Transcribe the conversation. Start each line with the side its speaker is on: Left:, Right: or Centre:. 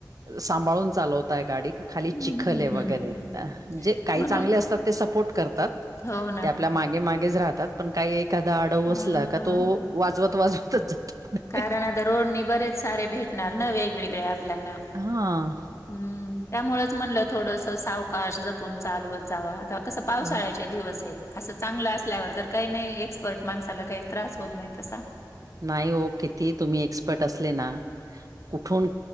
Right: सांभाळून चालवताय गाडी का खाली
Left: हम्म
Right: चिखल आहे वगैरे, जे काही
Left: म्हणून
Right: चांगले असतात ते सपोर्ट करतात.
Left: हो ना
Right: ते आपल्या मागे मागेच राहतात पण काही एखादा आडाऊ
Left: अ
Right: असला का तो वाजवत वाजवतच जातो. पुढे.
Left: कारण आता रोडनी बरेच सारे भेटणार ना वेगवेगळे आपल्यांना.
Right: हां.
Left: हम्म, त्यामुळेच म्हणलं थोडस साव काश जपून चालवत जावा आता कसं पावसाळ्याचे
Right: अ,
Left: दिवस आहेत. असं चांगल असल्यावर तर काही नाही एक्सपर्ट माणसाला काही त्रास होत नाही तसा.
Right: नाही ओ किती तुम्ही एक्सपर्ट असले ना, कुठून